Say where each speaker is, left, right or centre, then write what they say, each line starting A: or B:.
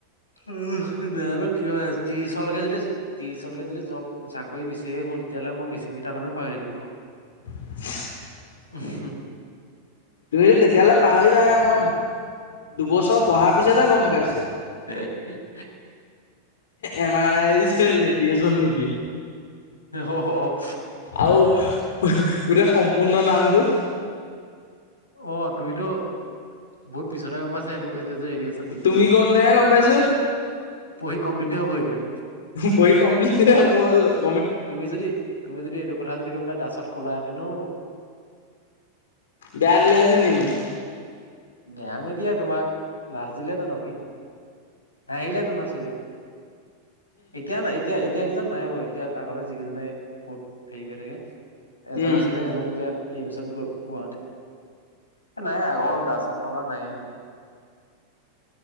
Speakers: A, on the left; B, on the left.
A: উহ নাছানো কি হয় আৰু ত্ৰিশ লৈকে যদি ত্ৰিশ লৈকে জব চাকৰি বিচাৰিয়ে ফুৰো তেতিয়াহ'লে মই মেচিন কেইটা নামে পাহৰি থাকিম দেখোন।
B: <inaudible>
A: হু
B: তুমিতো তেতিয়ালে পাহৰিবাহে মই দুবছৰ পঢ়াৰ পিছতেহ গম পাইছো।
A: <inaudible>
B: এম আৰ আই যে ৰেডিয়েচন নিবি।
A: অ
B: আৰু গোটেই সম্পূৰ্ণ নামটো।
A: অ তুমিতো বহুত পিছতে গম পাইছা এইটো যে ৰেডিয়েচন নিদিয়ে
B: তুমি
A: বুলি।
B: কওঁতেহে গম পাইছো
A: পঢ়ি কমপ্লিটে হ'ব এতিয়া।
B: পঢ়ি কমপ্লিটে হব হল নি
A: তুমি যদি তুমি যদি এইটো কথা যদি কৈ পাই দাচত ক'লা হেতেন ও
B: বেয়া দিলে হেঁতেন নেকি মোক
A: বেয়া নিদিয়া তোমাক লাজ দিলে হেঁতেন আৰু কিনো। হাঁহিলেহেঁতেন আৰু চবেই এতিয়া না এতিয়া এতিয়া কেইজন নাই বাৰু এতিয়া আগতে যিকেইজনে বহুত হেৰি কৰি থাকে। এজন
B: উম
A: আছিলে এজন এতিয়া এইমচত গ'ল গুৱাহাটীত। নাই আগৰ দাছত থকা নাই মানুহ।